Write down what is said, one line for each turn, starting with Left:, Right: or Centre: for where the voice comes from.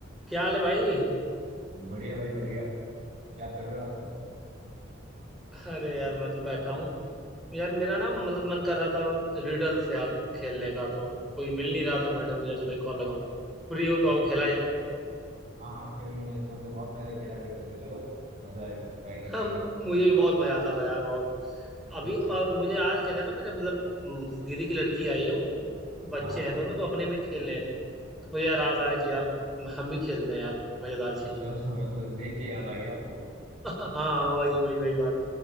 Centre: क्या हाल है भाई
Right: बढ़िया भाई बढ़िया क्या कर रहे हो आजकल
Centre: अरे यार मैं तो बैठा हूँ यार मेरा ना मतलब मन कर रहा था रिडल्स यार खेलने का तो कोई मिल नहीं रहा था मैंने सोचा तुम्हें कॉल लगाऊं फ्री हो तो आओ
Right: अच्छा
Centre: खेला जाए
Right: हाँ हाँ क्यों नहीं ये तो मतलब बहुत पहले खेला करते थे चलो मजा आएगा ट्राई करते
Centre: हम
Right: हैं एक बार फिर से
Centre: मुझे भी बहुत मजा आता था यार बहुत अभी
Right: अच्छा
Centre: और मुझे याद कहते हैं ना मेरे मतलब हम्म, दीदी की लड़की आई है वो बच्चे
Right: हाँ हाँ
Centre: हैं दोनों तो अपने में खेल रहे थे तो मुझे यार याद आया कि यार हम भी खेलते हैं यार मजेदार चीजें
Right: अच्छा <laughs> हाँ, मतलब देख के याद आ गया आपको
Centre: <laughs> हाँ वही वही वही बात